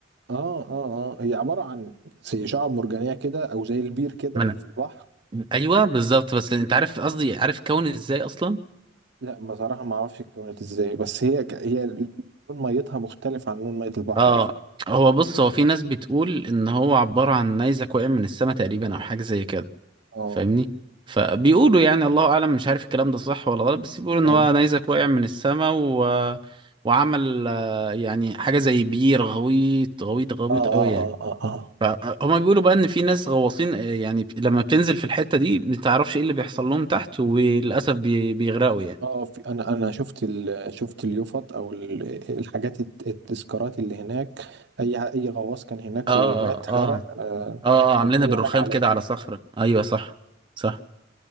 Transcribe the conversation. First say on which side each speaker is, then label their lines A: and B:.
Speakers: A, on the right (about 65°); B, on the right (about 25°).
A: اه اه اه هي عباره عن زي شعاب مرجانيه كده او زي البير كده
B: ما أنا-
A: في البحر
B: ايوه بالظبط بس انت عارف قصدي عارف كون ازاي اصلا
A: لا بصراحه ما اعرفش اتكونت ازاي بس هي ك- هي لون ميتها مختلف عن لون ميه البحر
B: اه
A: اصلا
B: هو بص هو في ناس بتقول ان هو عباره عن نيزك وقع من السماء تقريبا او حاجه زي كده
A: اه
B: فاهمني فبيقولوا يعني الله اعلم مش عارف الكلام ده صح ولا غلط بس بيقولوا ان
A: ايوه
B: هو نيزك وقع من السماء و... وعمل آه، يعني حاجه زي بير غويط غويط غويط
A: اه اه
B: قوي يعني
A: اه اه, آه.
B: فهم بيقولوا بقى ان في ناس غواصين آه، يعني ب- لما بتنزل في الحتة دي ما تعرفش ايه اللي بيحصل لهم تحت وللاسف بي- بيغرقوا يعني
A: اه في انا انا شفت ال... شفت اليوفط او ال... الحاجات الت- التذكارات اللي هناك اي اي غواص كان هناك
B: اه
A: ومات
B: اه اه
A: غرق آه
B: اه عاملينها
A: وكل
B: بالرخام
A: هناك علامه
B: كده على صخرة ايوه صح صح